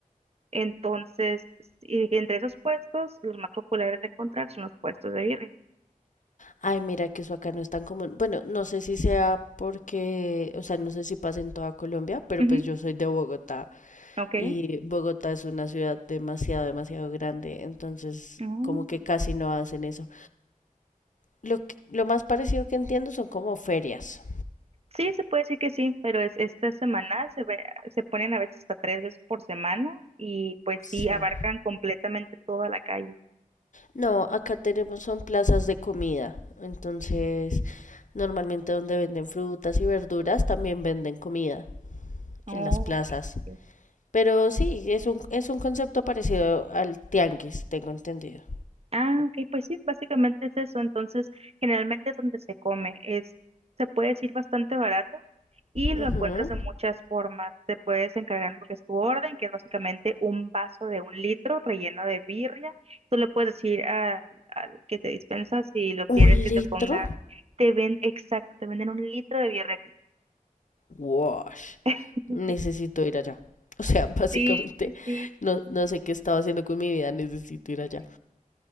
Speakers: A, on the right (about 45°); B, on the left (about 60°).
A: Entonces, y entre esos puestos, los más populares de encontrar son los puestos de birria.
B: Ay, mira que eso acá no es tan común. Bueno, no sé si sea porque, o sea, no sé si pasa en toda Colombia, pero
A: Ujú,
B: pues yo soy de Bogotá.
A: Ok.
B: Y Bogotá es una ciudad demasiado, demasiado grande, entonces
A: Mm.
B: como que casi no hacen eso. Lo que- lo más parecido que entiendo son como ferias.
A: Sí, se puede decir que sí, pero es esta semana se ve- se ponen a veces hasta tres veces por semana y pues
B: Sí.
A: sí abarcan completamente toda la calle.
B: No, acá tenemos son plazas de comida. Entonces, normalmente donde venden frutas y verduras, también venden comida en
A: Oh,
B: las plazas.
A: ok, ok.
B: Pero sí, es un, es un concepto parecido al tianguis, tengo entendido.
A: Ah, ok, pues sí, básicamente es eso. Entonces, generalmente es donde se come. Es, se puede decir bastante barato y lo
B: Ujú.
A: encuentras de muchas formas. Te puedes encargar lo que es tu orden, que es básicamente un vaso de un litro relleno de birria. Tú le puedes decir al, al que te dispensa si lo quieres
B: ¿Un
A: que
B: litro?
A: te ponga, te ven, exacto, te venden un litro de birria aquí.
B: Wash.
A: <laughs>
B: Necesito ir allá. O sea, <laughs> básicamente
A: Sí, sí, sí.
B: no, no sé qué estaba haciendo con mi vida, necesito ir allá.